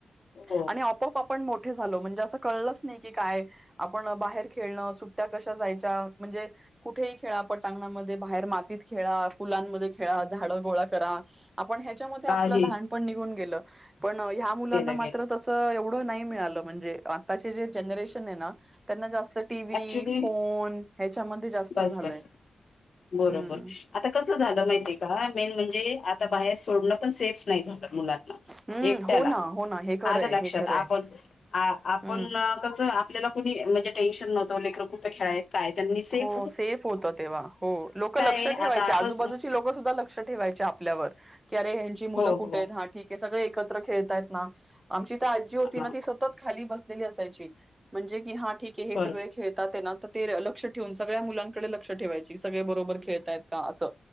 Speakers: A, on the left; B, on the right.
A: हो
B: आणि आपप आपण मोठे झा लो असं म्हणजे नाही की काय आपण बाहेर खेळण सुट्ट्या कशा जायच्या म्हणजे कुठेही खेळा पटांगणा मध्ये बाहेर मातीत खेळा, फुलांमध्ये खेळा, झाडं गोळा करा. आपण ह्याच्यामध्ये
A: काही
B: आपलं लहानपण निघून गेलं पण ह्या मुलांना
A: केलं
B: मात्र
A: गेलं
B: तस एवढं नाही मिळाला म्हणजे आताचे जे जनरेशन आहे ना त्यांना जात टी व
A: ऍक्च्युली
B: फोन ह्याच्यामध्ये जास्त
A: बस
B: झालंय.
A: बस बरोबर
B: हं.
A: आता कस झालं माहिती आहे का मेन म्हणजे आता बाहेर सोडणं पण सेफ नाही झालं मुलांना
B: हं,
A: एकट्याला
B: हो ना, हो ना. हे खरंय,
A: आलं लक्षात
B: हे खरंय.
A: आपण आपण
B: हं.
A: कसं आपल्याला कोुणी म्हणजे टेन्शन नव्हत. दोनलेख रुपये खेळाय काय त्यांनी सेफ
B: हो सेफ होत तेव्हा हो लोक लक्ष
A: आहे
B: ठेवायचे
A: आता आपण
B: आजूबाजूची लोक सुद्धा लक्ष ठेवायचे आपल्यावर की अरे ह्यांची मुलं
A: हो हो
B: कुठे आहेत हा ठीक आहे सगळे एकत्र खेळतायत ना, आमची आजी होती
A: हा
B: ना ती सतत खाली बसलेली असायची म्हणजे कि हा ठीक आहे हे
A: बरोबर
B: सगळे खेळतात आहे ना ते लक्ष ठेवून सगळ्या मुलांकडे लक्ष ठेवायची सगळे बरोबर खेळतायत का असं.